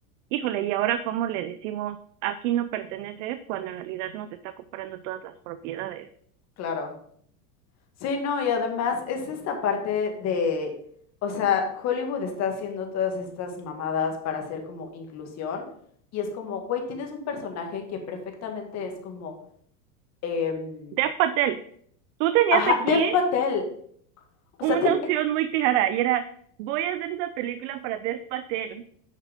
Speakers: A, on the right; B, on the left.
A: híjole, ¿y ahora cómo le decimos aquí no perteneces cuando en realidad nos está comprando todas las propiedades?
B: claro. Sí, no, y además es esta parte de, o sea, Hollywood está haciendo todas estas mamadas para hacer como inclusión y es como, güey, tienes un personaje que perfectamente es como, em,
A: Dev Patel, tú tenías
B: ajá,
A: aquí
B: Dev Patel. O
A: una
B: sea, ten-
A: opción
B: eh,
A: muy clara y era, voy a hacer esa película para Dev Patel.